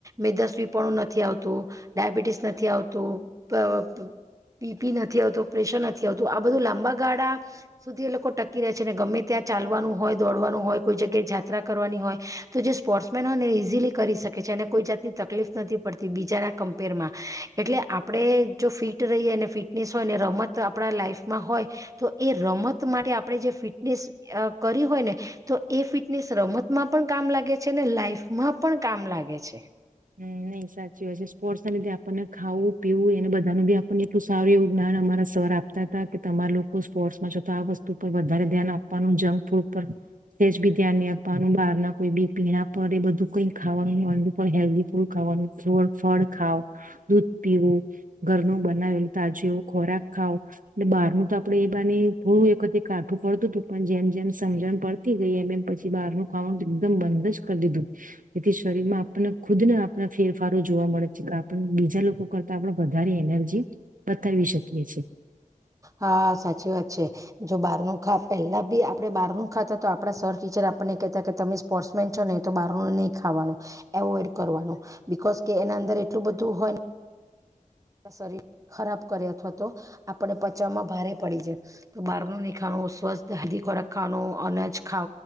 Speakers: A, on the right (about 25°); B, on the right (about 75°).
A: મેદસ્વી પણણું નથી આવતું ડાયાબિટીસ નથી આવતું પીપી નથી આવતું પ્રેશર નથી આવતું આ બધું લાંબા ગાળા સુધી એ લોકો ટકી રહે છે ને ગમે ત્યાં ચાલવાનું હોય દોડવાનું હોય કોઈ જગ્યાએ જાયાત્રા કરવાની હોય તો જે સ્પોર્ટ્સમેન હોય ને ઈઝીલી કરી શકે છે અને કોઈ જાતની તકલીફ નથી પડતી બીજાના કમ્પેરમાં એટલે આપણે જો ફિટ રહીએ ફિટનેસ હોય ને રમત આપણા લાઈફમાં હોય તો એ રમત માટે આપણે જે ફિટનેસ કરી હોય ને તો એ ફિટનેસ રમતમાં પણ કામ લાગે છે ને લાઈફમાં પણ કામ લાગે છે.
B: નહ સાચી હોય છે સ્પોર્ટ્સ ના લીધે આપણને ખાવું પીવું એને બધાનું બી આપણને એટલું સારું એવું જ્ઞાન અમારા સર આપતા હતા કે તમારા લોકો સ્પોર્ટ્સમાં છેો તો આ વસ્તુ પર વધારે ધ્યાન આપવાનું જંક ફૂડ પર તેજ બી ધ્યાન નહી આપવાનું બહાર ના કોઈ બી પીણા પર એ બધું કઈ ખાવાનું નું પણ હેલ્ ફૂલું ખાવાનું ફળ ખાવ દૂધ પીવું ઘરનું બનાવેલું તાજું ખોરાક ખાવ બહાર ન તો આપણે એ બાર ને થોડું વખતતે કાઠું પડતું હતું પણ જેમ જેમ સમજણ પડતી ગઈ એમ એમ પછી બહારનું ખાવાનું એકદમ બંધ જ કરી દીધું જેથી શરીરમાં આપણને ખુદને આપણા ફેરફારો જોવા મળે છે કે આપ બીજા લોકો કરતાં આપણે વધારે એનર્જી બતાવી શકીએ છી.
A: હા સાચી વાત છે જો બહાર ન ખા પેલા બી આપડે બહાર ન ખાતા તો આપડા સર ટીચર આપને કેહતા કે તમે સ્પોર્ટ્સ મેન છો નહી તો બહાર નુ નહી ખાવાનું એવોઈડ કરવાનું બીકોોઝ કે એના અંદર એટલું બધું હોય. શરીર ખરાબ કરે અથવા તો આપણે પચાવવામાં ભારે પડી જાય તો બહાર નુ નહી ખાવા સ્વસ્થ હેલ્દી ખોરાક ખાવાનો અનાજ ખ